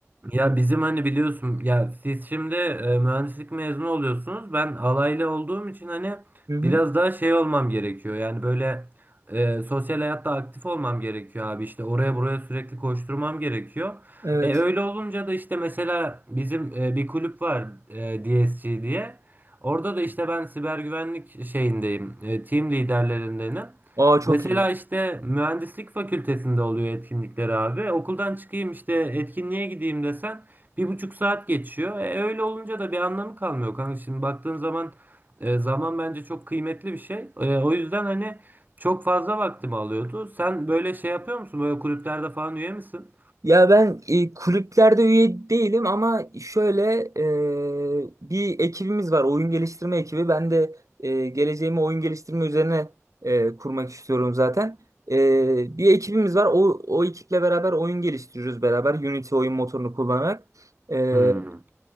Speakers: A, on the right (about 35°); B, on the right (about 85°).
A: Ya bizim hani biliyorsun ya siz şimdi e, mühendislik mezunu oluyorsunuz. Ben alaylı olduğum için hani
B: Hı hı.
A: biraz daha şey olmam gerekiyor. Yani böyle e, sosyal hayatta aktif olmam gerekiyor abi. İşte oraya buraya sürekli koşturmam gerekiyor.
B: Evet.
A: E öyle olunca da işte mesela bizim e, bir kulüp var e, DSG diye. Orada da işte ben siber güvenlik şeyindeyim. e, team liderlerindenim.
B: Aa çok
A: Mesela
B: iyi.
A: işte mühendislik fakültesinde oluyor etkinlikleri abi. Okuldan çıkayım işte etkinliğe gideyim desen bir buçuk saat geçiyor. E, öyle olunca da bir anlamı kalmıyor kanka. Şimdi baktığın zaman e, zaman bence çok kıymetli bir şey. E, o yüzden hani çok fazla vaktimi alıyordu. Sen böyle şey yapıyor musun? Böyle kulüplerde falan üye misin?
B: Ya ben e, kulüplerde üye değilim ama şöyle e, bir ekibimiz var. Oyun geliştirme ekibi. Ben de e, geleceğimi oyun geliştirme üzerine e, kurmak istiyorum zaten. E, bir ekibimiz var. O, o ekiple beraber oyun geliştiriyoruz beraber. Unity oyun motorunu kullanarak. E,
A: Hmm.